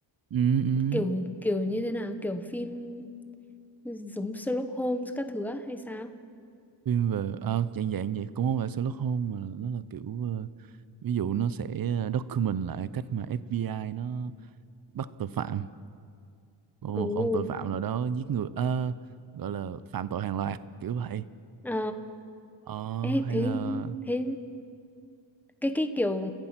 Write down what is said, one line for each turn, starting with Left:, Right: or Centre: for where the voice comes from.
Right: ừ, ừ.
Centre: kiểu kiểu như thế nào kiểu phim giống Sherlock Holmes các thứ á hay sao
Right: phim về à, dạng dạng vậy cũng không phải Sherlock Holmes mà nó là kiểu ờ, ví dụ nó sẽ ờ, document lại cách mà FBI nó bắt tội phạm một,
Centre: Ồ
Right: một ông tội phạm nào đó giết người ờ, gọi là phạm tội hàng loạt kiểu vậy
Centre: Ờ,
Right: ờ,
Centre: ê,
Right: hay
Centre: thế
Right: là
Centre: thế cái cái kiểu